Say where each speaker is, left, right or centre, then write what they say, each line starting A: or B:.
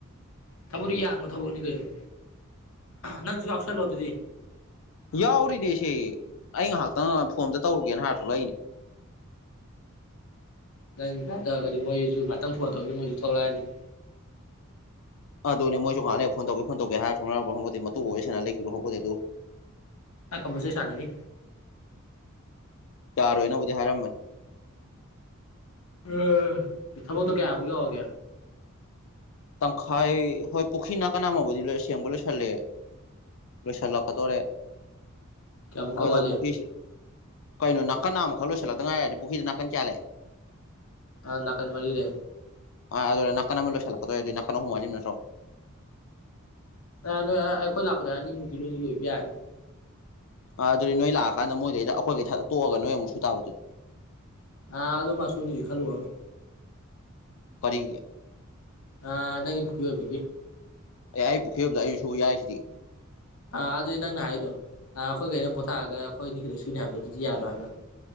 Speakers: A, on the left; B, on the left.
A: ꯊꯕꯛꯇꯤ ꯌꯥꯡꯕ ꯊꯕꯛꯅꯤ ꯀꯩꯅꯣ ꯅꯪꯁꯨ ꯌꯥꯎꯁꯜꯂꯣ ꯑꯗꯨꯗꯤ
B: ꯌꯥꯎꯔꯤꯅꯦ ꯁꯤ ꯑꯩ ꯉꯥꯏꯍꯥꯛꯇꯪ ꯐꯣꯟ ꯑꯝꯗ ꯇꯧꯔꯨꯒꯦꯅ ꯍꯥꯏꯔ ꯊꯣꯛꯂꯛꯢꯅꯦ <unintelligible>
A: ꯅꯪ ꯏꯟꯥꯏ ꯇꯧꯔꯒꯗꯤ ꯃꯣꯏꯁꯨ ꯉꯍꯥꯛꯇꯪ ꯐꯣꯟ ꯇꯧꯒꯦ ꯃꯣꯏꯁꯨ ꯊꯣꯛꯂꯛꯑꯅꯤ <inaudible>
B: ꯑꯗꯨꯅꯦ ꯃꯣꯏꯁꯨ ꯉꯥꯛꯂꯩꯂ ꯐꯣꯟ ꯇꯧꯒꯦ ꯐꯣꯟ ꯇꯧꯒꯦ ꯍꯥꯏꯔ ꯊꯅ꯭ꯔ ꯐꯣꯡꯄꯗꯤ <inaudible> ꯃꯇꯨ ꯑꯣꯏꯦ ꯁꯅ ꯂꯩꯈꯤꯕ꯭ꯔꯥ ꯐꯕꯦ ꯑꯗꯨ
A: ꯑ ꯀꯝꯝꯕꯁꯦ ꯁꯥꯅꯅꯤ
B: ꯇꯥꯔꯣꯏꯅꯕꯨꯗꯤ ꯍꯥꯏꯔꯝꯕꯅꯤ
A: ꯎꯝ ꯊꯕꯛꯛꯇ ꯀꯌꯥꯕꯒꯦ ꯑꯣꯏꯒꯦ
B: ꯇꯪꯈꯥꯏ ꯍꯣꯏ ꯄꯨꯈ꯭ꯔꯤ ꯅꯥ ꯀꯅꯥ ꯑꯃꯕꯨꯗꯤ ꯂꯣꯏꯁꯦꯡꯕ ꯂꯣꯏꯁꯜꯂꯦ ꯁꯥꯂ ꯀ ꯇ ꯑꯣꯏꯔꯦ
A: ꯀꯌꯥꯃꯨꯛꯀ
B: ꯑꯣꯗꯣ
A: ꯋꯥꯠꯂꯤ
B: ꯄꯨꯈꯔꯤꯁ ꯀꯩꯅꯣ ꯅꯥꯀꯟ ꯅꯥ ꯑꯃꯃ ꯈꯛ ꯂꯣꯏꯁꯤꯜꯂꯛꯇ ꯉꯥꯏꯔꯗꯤ ꯄꯨꯈ꯭ꯔꯤꯗ ꯅꯥꯀꯟ ꯆꯥꯂꯑꯦ
A: ꯑ ꯅꯥꯀꯟ ꯃꯔꯤ ꯂꯩ
B: ꯑꯗ ꯅꯅꯥꯀꯅ ꯑꯃ ꯂꯁꯂꯥꯛ ꯐꯗꯅꯥ ꯈꯅ ꯁꯨꯃꯥꯏꯂꯤꯝ ꯅ꯭ꯔꯣ
A: ꯑ ꯅꯣꯏ ꯑꯩꯈꯣꯏ ꯂꯥꯛꯄꯅꯦ ꯑꯅꯤꯃꯨꯛꯇꯤ ꯂꯣꯏꯅꯤ ꯂꯣꯏꯕ ꯌꯥꯅꯤ
B: ꯑꯥ ꯑꯗꯨꯗꯤ ꯅꯣꯏ ꯂꯥꯛꯑꯀꯥꯟꯗ ꯃꯣꯏꯗꯩꯗ ꯑꯩꯈꯣꯏꯒꯤꯩ ꯇꯣꯛꯑꯒ ꯅꯣꯏ ꯑꯃꯨꯛꯁꯨ ꯇꯥꯕꯗꯨꯅꯤ
A: ꯑꯥ ꯑ ꯑꯗꯨꯣ ꯃꯥꯁꯨꯨꯅꯤ ꯈꯜ ꯋꯥꯅ
B: ꯄꯔꯤ
A: ꯑ ꯅꯪ ꯒ ꯑꯣꯏꯕꯒꯤ
B: ꯑꯦ ꯑꯩ ꯄꯨꯈꯤꯕ ꯑꯃꯝꯗ ꯑꯩ ꯁꯨ ꯌꯥꯏꯁꯤꯗꯤ
A: ꯑ ꯑꯗꯨꯗ ꯏ ꯅꯪꯅꯦ ꯍꯥꯏꯗꯣ ꯑꯥ ꯑꯩꯈꯣꯏ ꯀꯩꯅ ꯄꯣꯊꯛꯑꯒ ꯑꯩꯈꯣꯏꯅꯤ ꯀꯂꯛ ꯁꯨꯅꯤ ꯍꯥꯏꯕꯗꯣ ꯑꯗꯨꯗꯤ ꯌꯥꯔꯣꯏ ꯍꯥꯏꯕ